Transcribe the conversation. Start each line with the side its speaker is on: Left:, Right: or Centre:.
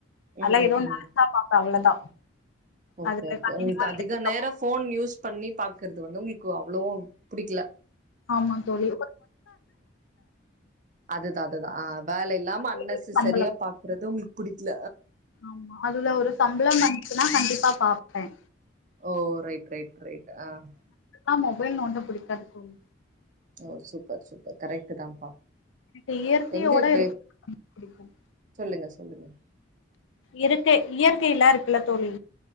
Right: ம்
Left: அல்லா
Right: ம்
Left: ஏதோ
Right: ம்
Left: நெனைச்சா பாப்பே அவ்ளோதா
Right: ஓகே
Left: அதுல
Right: ஓகே
Left: கண்டினியூவா
Right: உங்களுக்கு அதிக
Left: எடுத்துக்காம
Right: நேரம் போன் யூஸ் பண்ணி பாக்குறது வந்து உங்களுக்கு அவ்வளோ பிடிக்கல
Left: ஆமா தோழி
Right: அதுதான் அதுதான் ஆஹ வேல இல்லாம
Left: அதுவே
Right: அன்னசு
Left: சம்பளம்
Right: சரியா பாக்குறது உங்களுக்கு பிடிக்ல
Left: ஆமா அதுல ஒரு சம்பளம் வந்துச்சுன்னா கண்டிப்பா பாப்பேன்
Right: ஓ ரைட் ரைட் ரைட் ஆஹ்
Left: ஆஹ மொபைல் நோண்ட புடிக்காது தோழி
Right: ஓ சூப்பர் சூப்பர் கரெக்டு தான்ப்பா
Left: எனக் இயற்கையோட
Right: எங்க இப்ப
Left: இருக்க புடிக்கும்
Right: சொல்லுங்க சொல்லுங்க
Left: இருற்கை இயற்கையல்லா இருக்குல்ல தோழி